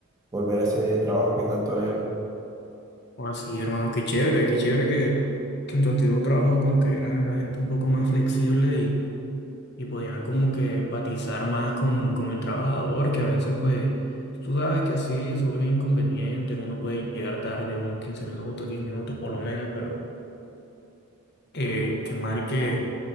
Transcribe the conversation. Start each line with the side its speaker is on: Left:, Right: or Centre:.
Right: volver a ese trabajo que tanto anhelo.
Left: O así, hermano, qué chévere, qué chévere que, que en tu antiguo trabajo como que eran la gente un poco más flexible y, y podían como que empatizar más con, con el trabajador, que a veces pues tú sabes que sí, surgen inconvenientes, uno puede llegar tarde unos 15 minutos, 10 minutos por lo menos, pero eh, qué mal que